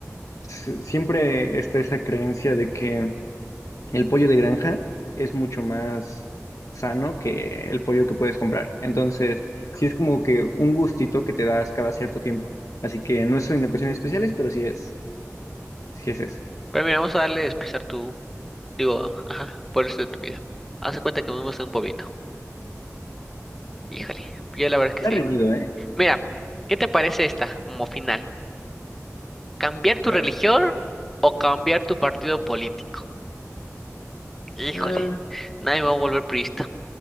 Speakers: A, on the left; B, in the centre.
A: s- siempre está esa creencia de que El pollo de granja es mucho más sano que el pollo que puedes comprar. Entonces, sí es como que un gustito que te das cada cierto tiempo. Así que no es en ocasiones especiales, pero sí es, sí es eso.
B: pero mira, vamos a darle expresar tu, digo, ajá, por eso de tu vida. Haz de cuenta que vivimos en un pueblito. Híjole, yo la verdad
A: Está
B: es que
A: reñido,
B: sí.
A: ¿eh?
B: Mira, ¿qué te parece esta como final? ¿Cambiar tu
A: A
B: religión
A: ver.
B: o cambiar tu partido político? Híjole,
A: Ah,
B: nadie va a volver priista.